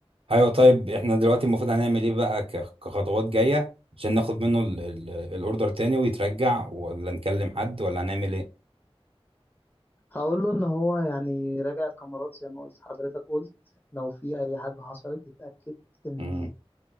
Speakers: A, on the right (about 65°); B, on the left (about 20°).
A: ايوه طيب احنا دلوقتي المفروض هنعمل ايه بقى ك- كخطوات جايه عشان ناخد منه ال- ال- الاوردر تاني ويترجع ولا نكلم حد ولا هنعمل ايه
B: هقول له ان هو يعني راجع الكاميرات زي ما قلت حضرتك قلت لو في اي حاجة حصلت يتأكد ان
A: امم